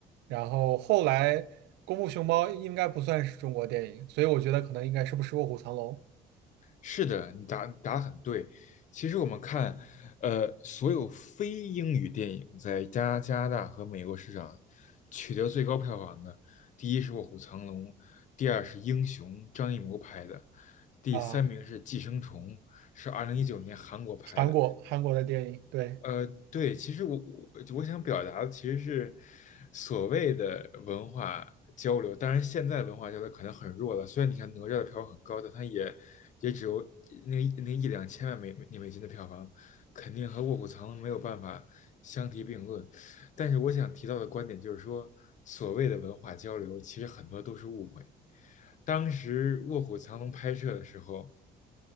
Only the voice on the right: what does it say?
然后后来功夫熊猫应该不算是中国电影，所以我觉得可能应该是不是卧虎藏龙
啊。
韩国韩国的电影，对，